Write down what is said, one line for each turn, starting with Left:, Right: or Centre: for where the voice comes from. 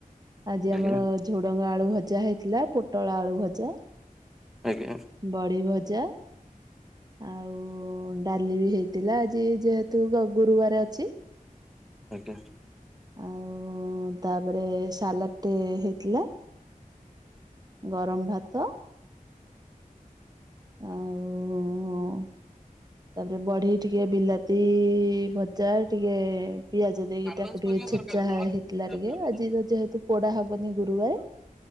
Right: ଆଜି
Centre: ଆଜ୍ଞା
Right: ଆମର ଝୁଡଙ୍ଗ ଆଳୁ ଭଜା ହେଇଥିଲା ପୋଟଳ ଆଳୁ ଭଜା।
Centre: ଆଜ୍ଞା
Right: ବଡ଼ି ଭଜା । ଆଉ ଡାଲି ବି ହେଇଥିଲା ଆଜି ଯେହେତୁ ଗୁରୁବାର ଅଛି ।
Centre: ଆଜ୍ଞା।
Right: ଆଉ ତାପରେ ସାଲାଡ ଟେ ହେଇଥିଲା । ଗରମ ଭାତ । ଆଉ ଉ ଉ ତାପରେ ବଢି ଟିକେ ବିଲାତି ଭଜା ଟିକେ ଏ ପିଆଜ ଦେଇକି
Centre: ଆଡଭାନ୍ସ
Right: ତାକୁ ଟିକେ
Centre: କରିବା
Right: ଛେଚା
Centre: ଦରକାର ନହେଲେ
Right: ହେଇଥିଲା ଟିକେ,
Centre: ଆଜ୍ଞା
Right: ଆଜି ଯେହେତୁ ପୋଡା ହବନି ଗୁରୁବାର ।